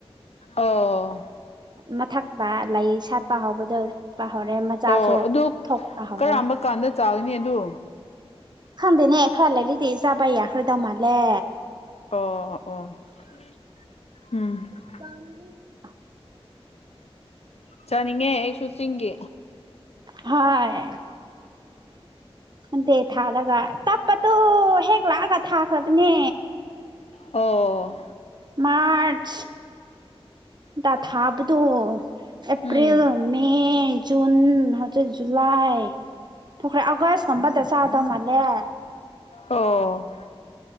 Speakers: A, on the left; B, on the right.
A: ꯑꯣ
B: ꯃꯊꯛꯇ ꯂꯩ ꯁꯥꯠꯄ ꯍꯧꯕꯗꯣ ꯁꯥꯠꯄ ꯍꯧꯔꯦ ꯃꯆꯥꯁꯨ
A: ꯑꯣ ꯑꯗꯨ
B: ꯊꯣꯛꯄ ꯍꯧꯔꯦ
A: ꯀꯔꯝꯕ ꯀꯥꯟꯗ ꯆꯥꯎꯅꯤ ꯑꯗꯨ
B: ꯈꯪꯗꯦꯅꯦ ꯈ꯭ꯔ ꯂꯩꯔꯦꯗꯤ ꯆꯥꯕ ꯌꯥꯈ꯭ꯔꯗꯧ ꯃꯥꯂꯦ
A: ꯑꯣ ꯑꯣ ꯎꯝ
B: <inaudible>
A: ꯆꯥꯅꯤꯡꯉꯦ ꯑꯩꯁꯨ ꯆꯤꯡꯒꯤ
B: ꯍꯣꯏ ꯅꯗꯦ ꯊꯥꯔꯒ ꯇꯞꯄꯗꯨ ꯍꯦꯛ ꯂꯥꯛꯑꯒ ꯊꯥꯈ꯭ꯔꯕꯅꯦ
A: ꯑꯣ
B: ꯃꯥꯔꯁ ꯇ ꯊꯥꯕꯗꯣ ꯑꯦꯄ꯭ꯔꯤꯜ
A: ꯎꯝ
B: ꯃꯦ ꯖꯨꯟ ꯍꯧꯖꯤꯛ ꯖꯨꯂꯥꯏ ꯊꯨꯈ꯭ꯔꯦ ꯑꯥꯒꯁꯀꯨꯝꯕꯗ ꯆꯥꯗꯧ ꯃꯥꯜꯂꯦ
A: ꯑꯣ